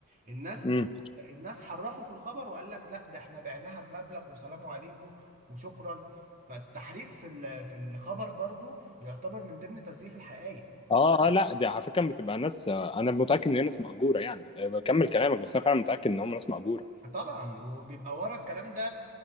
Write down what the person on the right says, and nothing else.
الناس
الناس حرفوا في الخبر وقال لك لا ده احنا بعناها بمبلغ وسلام عليكم وشكرا فالتحريف في ال- في الخبر برضو يعتبر من ضمن تزييف الحقائق
طبعا وبيبقى ورا الكلام ده